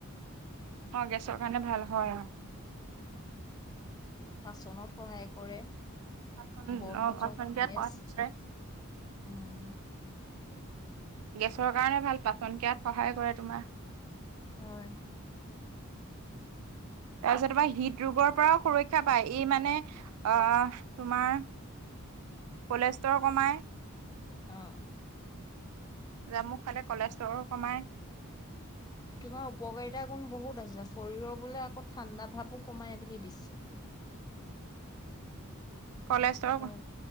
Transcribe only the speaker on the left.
উম, পাচনত সহায় কৰে।
বৰ
ভজত
গেছ
উম।
হয়।
অঁ।
<inaudible> তোমাৰ উপকাৰিতা গুণ বহুত আছে শৰীৰৰ বোলে আকৌ ঠাণ্ডা ভাবো কমাই বুলি দিছে।
তাৰপৰা